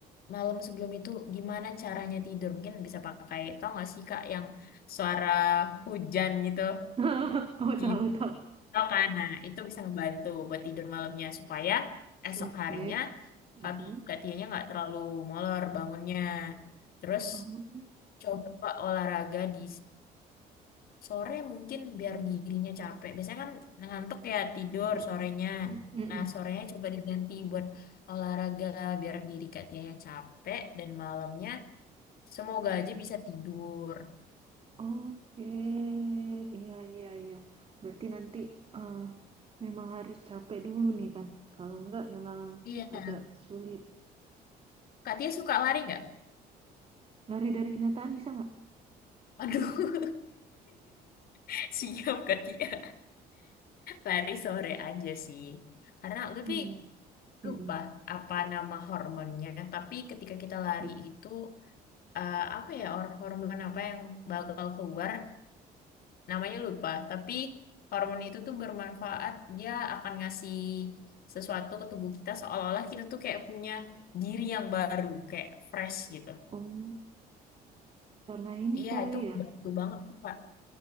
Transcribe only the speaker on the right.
<laughs> Oh
tahu tahu.
Oke.
Mm-mm.
Oh.
Mm-mm.
Mm-mm.
Oke, iya iya iya. Berarti nanti eh, memang harus capek dulu nih kan. Kalau enggak memang
agak sulit.
Lari dari kenyataan bisa nggak?
Nah, Mm-mm,
mm-mm.
Oh, karena ini
kali
ya.